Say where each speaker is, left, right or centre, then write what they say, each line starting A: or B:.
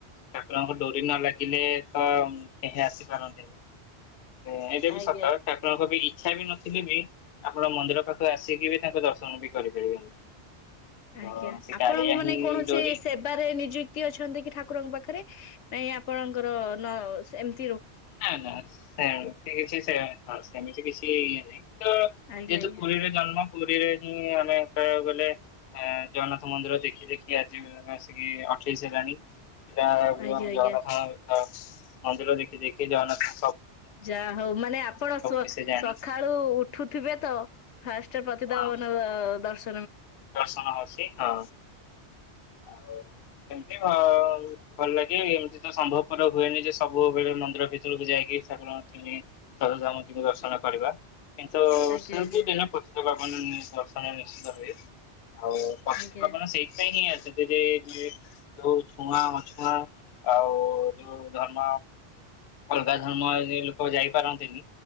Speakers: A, on the left; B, on the left.
A: ଠାକୁରଙ୍କ ଡୋରି ନ ଲାଗିଲେ ତ କେହି ଆସିପାରନ୍ତିନି। ଏଁ ଏଇଟା ବି
B: ଆଜ୍ଞା।
A: ସତ ଠାକୁରଙ୍କ ବି ଇଚ୍ଛା ବି ନଥିଲେ ବି ଆପଣ ମନ୍ଦିର ପାଖକୁ ଆସିକି ବି ତାଙ୍କୁ ଦର୍ଶନ ବି କରିପାରିବେନି। ତ
B: ଆଜ୍ଞା
A: ସେ
B: ଆପଣଙ୍କ
A: କାଳିଆ
B: ମାନେ
A: ହିଁ
B: କୌଣସି
A: ଡୋରି
B: ସେବାରେ ନିଯୁକ୍ତି ଅଛନ୍ତି କି ଠାକୁରଙ୍କ ପାଖରେ। ନାଇଁ ଆପଣଙ୍କର ନ ସେମତି
A: ନା ନା ସେମତି କିଛି ସେ ହଁ ସେମିତି କିଛି ଇଏ ନାହିଁ ତ
B: ଆଜ୍ଞା
A: ଯେହେତୁ
B: ଆଜ୍ଞା।
A: ପୁରୀ ରେ ଜନ୍ମ। ପୁରୀରେ ହିଁ ଆମେ କହିବାକୁ ଗଲେ ଜଗନ୍ନାଥ ମନ୍ଦିର ଦେଖି ଦେଖି ଆଜି ଆସିକି ଆ ଅଠେଇଶି ହେଲାଣି ସେଟା ଆମେ
B: ଆଜ୍ଞା ଆଜ୍ଞା
A: ଜଗନ୍ନାଥଙ୍କ ମନ୍ଦିର ଦେଖି ଦେଖି ଜଗନ୍ନାଥ
B: ଯାହା ହଉ ମାନେ ଆପଣ ସୋ
A: ବିଷୟ ଜାଣି
B: ସକାଳୁ ଉଠୁଥିବେ ତ ଫାଷ୍ଟ୍ ପତିତ
A: ହଁ
B: ପାବନ ଦର୍ଶ
A: ଦର୍ଶନ ହଉଛି ହଁ ଆଉ ସେମତି ଭ ଭଲ ଲାଗେ ଏମିତି ତ ସମ୍ଭବ ପରବ ହୁଏନି ଯେ ସବୁବେଳେ ମନ୍ଦିର ଭିତରକୁ ଯାଇକି ଠାକୁରଙ୍କୁ <unintelligible> ସରଧାମତିଙ୍କୁ ଦର୍ଶନ କରିବା। କିନ୍ତୁ
B: ଆଜ୍ଞା
A: ସବୁ
B: ଆଜ୍ଞା
A: ଦିନ ପତିତ ପାବନ ଦର୍ଶନ ନିଶ୍ଚିତ ହୁଏ। ଆଉ ପତିତ
B: ଆଜ୍ଞା
A: ପାବନ ସେଇଥିପାଇଁ ହିଁ ଆସେ। ସେଇଠି ଯୋଉ ଛୁଆଁ ଅଛୁଆଁ ଆଉ ଯୋଉ ଧର୍ମ ଅଲଗା ଧର୍ମ ଯେ ଲୋକ ଯାଇପାରନ୍ତିନି।